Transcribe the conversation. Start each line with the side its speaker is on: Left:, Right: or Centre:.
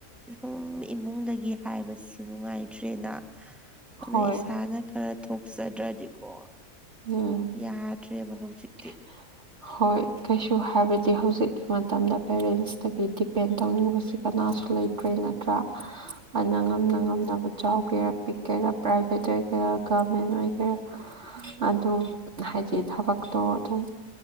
Centre: ꯁꯨꯝ ꯏꯃꯨꯡꯗꯒꯤ ꯍꯥꯏꯕꯁꯨ ꯅꯨꯡꯉꯥꯏꯇ꯭ꯔꯦꯅ ꯑꯗꯨꯅ
Right: ꯍꯣꯏ
Centre: ꯏꯁꯥꯅ ꯈꯔ ꯊꯣꯛꯆꯗ꯭ꯔꯗꯤ ꯀꯣ
Right: ꯎꯝ
Centre: ꯌꯥꯗ꯭ꯔꯦꯕ ꯍꯧꯖꯤꯛ
Right: <unintelligible> ꯍꯣꯏ ꯀꯩꯁꯨ ꯍꯥꯏꯕꯗꯤ ꯍꯧꯖꯤꯛꯀꯤ ꯃꯇꯝꯗ ꯄꯦꯔꯦꯟꯁꯇꯒꯤ ꯗꯤꯄꯦꯟ ꯇꯧꯅꯤꯡꯉꯨꯕꯁꯤ ꯀꯅꯥ ꯁꯨ ꯂꯩꯇ꯭ꯔꯦ ꯅꯠꯇ꯭ꯔꯥ ꯑꯗꯨꯅ
Centre: ꯍꯣꯏ
Right: ꯉꯝꯅ
Centre: ꯑꯗꯨ
Right: ꯉꯝꯅꯕ ꯆꯥꯎꯒꯦꯔꯥ ꯄꯤꯛꯀꯦꯔꯥ ꯄꯥꯏꯗ꯭ꯔꯗꯤ ꯀꯌꯥ ꯀꯃꯦꯟ ꯑꫭꯏꯈꯔꯦ ꯑꯗꯨꯝ ꯍꯥꯏꯗꯤ ꯊꯕꯛꯇꯣ ꯑꯗꯨꯝ